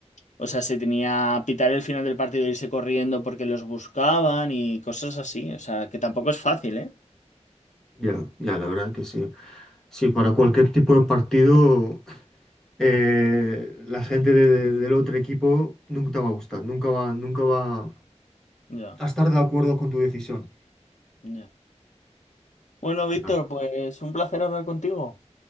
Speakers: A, on the left; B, in the centre.
A: O sea, se tenía a pitar el final del partido e irse corriendo porque los buscaban y cosas así. O sea, que tampoco es fácil, ¿eh?
B: Ya, ya, la verdad que sí. Sí, para cualquier tipo de partido, eh, la gente de- de- del otro equipo nunca te va a gustar, nunca va, nunca va
A: Ya,
B: a estar de acuerdo con tu decisión.
A: ya. Bueno,
B: Claro.
A: Víctor, pues un placer hablar contigo.